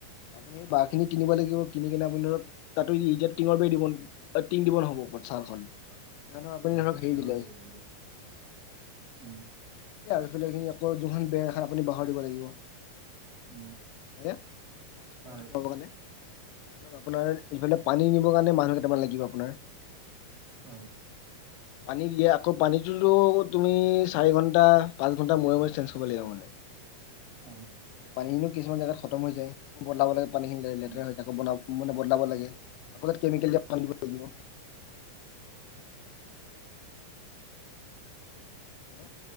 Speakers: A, on the left (about 45°); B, on the right (about 30°).
A: আপুনি স বাঁহ খিন কিনিব লাগিব কিন কিনে আপুনি ধৰক তাতো ইটা টিঙৰ বাৰ দিব অ' টিং দিব নহ'ব ওপৰত ছালখন। সেইকাৰণ আপুনি
B: অ
A: ধৰক হেৰি
B: খেৰৰ
A: দিলে
B: দিব
A: আৰু
B: লাগিব উম
A: এইফালে এইখিনি আকৌ যোনখন বেৰ এখন আপুনি বাহঁৰ দিব লাগিব।
B: উম
A: বইত
B: হয়
A: সাব কাৰণে <unintelligible> আপোনাৰ এইফালে পানী নিবৰ কাৰণে মানুহ কেইটামান লাগিব। আপোনাৰ
B: অ'।
A: পানী দিয়া, আকৌ পানীটোতো তুমি চাৰি ঘণ্টা পাঁচ ঘণ্টা মূৰে মূৰে চেঞ্জ কৰিব লাগিব মানে।
B: অ
A: পানীখিনিও কিছুমান জোগাত খতম হৈ যায় আকৌ বদলাব লাগে পানীখিনি লেতেৰা
B: উম
A: হৈ যায় আকৌ বনা মানে বদলাব লাগে। আ কেমিকেল দিয়া পানী দিব লাগিব। হেল্ল'